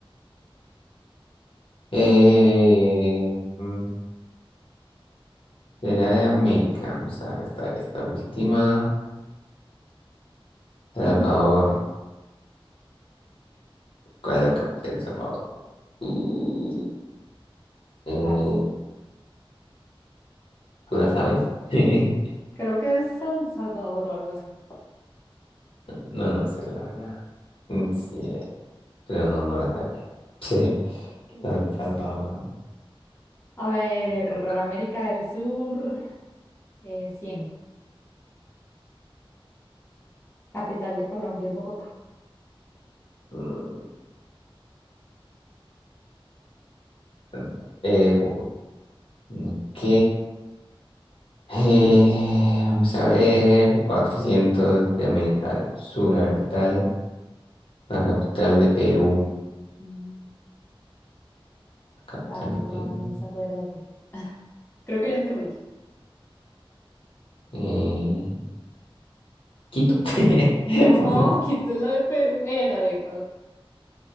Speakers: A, on the left; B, on the left.
A: Eh, mm, Era de América. Vamos a gastar esta última. Salvador.
B: Mm,
A: ¿Cuál es la capital de Salvador? Uh, eh,
B: Vas.
A: ¿tú la sabes? <laughs>
B: Creo que es San Salvador o algo así.
A: No, no sé la verdad. Mm, Sí, eh, pero no, no la sabía. <laughs> Sí.
B: Qué
A: San
B: torpes.
A: Salvador.
B: A ver,
A: Toca.
B: América del Sur, eh, 100. Capital de Colombia es Bogotá.
A: Mm, San- Eh, Bogotá. Ok. Eh, vamos a ver. cuatrocientos de América del Sur. A ver qué tal. La capital de Perú.
B: Mm,
A: La capital
B: Vamos,
A: de Perú.
B: vamos, acuérdate. Creo que yo antes lo dije. <laughs>
A: Eh, Quito.
B: No,
A: <laughs>
B: quito la de Perú, eh, la de Ecuador.